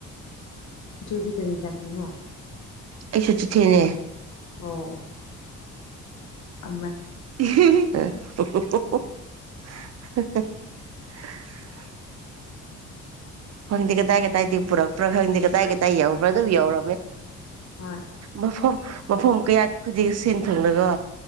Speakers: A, on the left; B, on the right.
A: ꯏꯆꯦꯗꯤ ꯀꯔꯤ ꯖꯥꯇꯤꯅꯣ
B: ꯑꯩꯁꯨ ꯆꯤꯊꯤ ꯅꯦ
A: ꯑꯣ ꯑꯣ ꯑꯁ
B: <unintelligible> <unintelligible> ꯈꯪꯗꯦ ꯀꯗꯥꯏ ꯀꯗꯥꯏꯗꯒꯤ ꯄꯨꯔꯛꯄ꯭ꯔꯥ ꯈꯪꯗꯦ ꯀꯗꯥꯏ ꯀꯗꯥꯏ ꯌꯎꯧꯕ꯭ꯔꯥ ꯑꯗꯨꯝ ꯌꯧꯔꯕ
A: ꯍꯣꯏ ꯍꯣꯏ
B: ꯃꯐꯝ ꯃꯐꯝ ꯀꯌꯥꯠ ꯈꯨꯗꯤꯡ ꯁꯤꯟ ꯊꯨꯡꯂꯒ